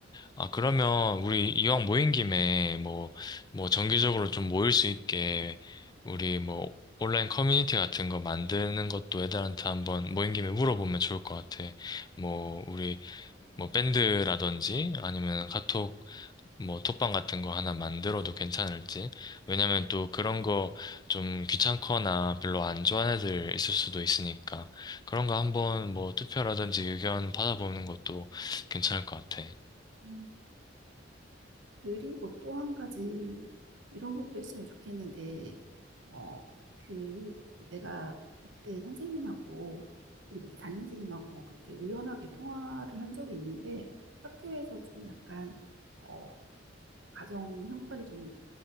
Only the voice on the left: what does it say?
아, 그러면 우리 이왕 모인 김에 뭐, 뭐 정기적으로 좀 모일 수 있게 우리 뭐 온라인 커뮤니티 같은 거 만드는 것도 애들한테 한번 모인 김에 물어보면 좋을 것 같아. 뭐 우리 뭐 밴드라든지 아니면 카톡 뭐 톡방 같은 거 하나 만들어도 괜찮을지. 왜냐면 또 그런 거 좀 귀찮거나 별로 안 좋아하는 애들 있을 수도 있으니까 그런 거 한번 뭐 투표라든지 의견 받아보는 것도 괜찮을 것 같아.